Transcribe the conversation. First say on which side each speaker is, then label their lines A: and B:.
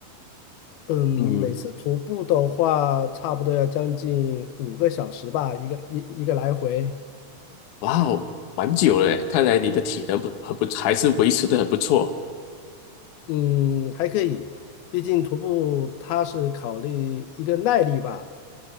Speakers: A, on the left; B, on the left.
A: 嗯，
B: 嗯，
A: 每次徒步的话，差不多要将近五个小时吧，一个一一个来回。
B: 哇哦，蛮久了诶，看来你的体能不很不还是维持的很不错。
A: 嗯，还可以，毕竟徒步它是考虑一个耐力吧。